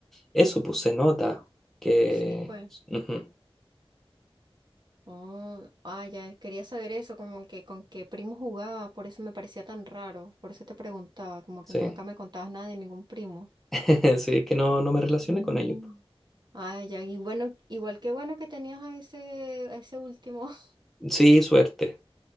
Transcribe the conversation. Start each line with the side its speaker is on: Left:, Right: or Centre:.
Centre: Eso, pues se nota que...
Right: Sí, pues.
Centre: ujú,
Right: Oh, ah, ya, quería saber eso, como que con qué primo jugabas, por eso me parecía tan raro, por eso te preguntaba, como
Centre: sí,
Right: que nunca me contabas nada de ningún primo.
Centre: <laughs> sí, es que no, no me relacioné
Right: Mm.
Centre: con ellos.
Right: Ah, ya, y bueno, igual que bueno que tenías a ese, a ese último. <laughs>
Centre: Sí, suerte,